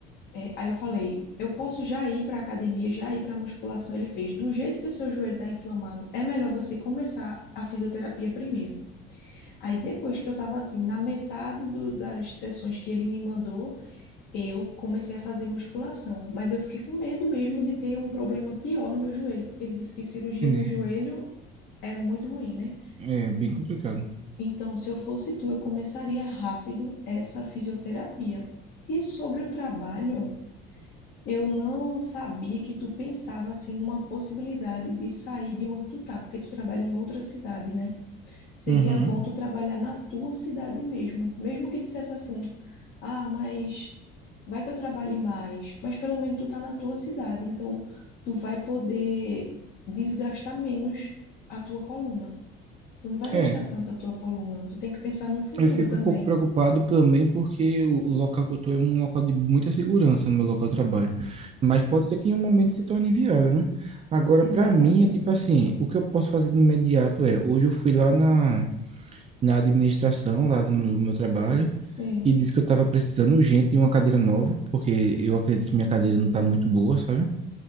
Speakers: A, on the left; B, on the right.
A: é, aí eu falei, eu posso já ir para academia, já ir para musculação. Ele fez, do jeito que o seu joelho está inflamado, é melhor você começar a fisioterapia primeiro. Aí depois que eu estava assim, na metade do- das sessões que ele me mandou, eu comecei a fazer musculação. Mas eu fiquei com medo mesmo de ter um problema pior no meu joelho, porque ele disse que cirurgia
B: entendi.
A: no joelho é muito ruim, né?
B: É bem complicado.
A: Então, se eu fosse tu, eu começaria rápido essa fisioterapia. E sobre o trabalho, eu não sabia que tu pensava assim numa possibilidade de sair de onde tu tá, porque tu trabalha em outra cidade, né? Seria
B: Uhum.
A: bom tu trabalhar na tua cidade mesmo, mesmo que dissesse assim: "Ah, mas vai que eu trabalhe mais", mas pelo menos tu tá na tua cidade, então tu vai poder desgastar menos a tua coluna. Tu não vai gastar
B: É.
A: tanto a tua coluna. Tu tem que pensar no futuro
B: Eu fico
A: também.
B: um pouco preocupado também porque o o local que eu estou é um local de muita segurança no meu local de trabalho. Mas pode ser que em um momento se torne inviável, né? Agora,
A: Exatamente.
B: para mim, é tipo assim, o que eu posso fazer de imediato é, hoje eu fui lá na, na administração, lá no meu trabalho,
A: Sim.
B: e disse que eu estava precisando urgente de uma cadeira nova, porque eu acredito que minha cadeira não está muito boa, sabe?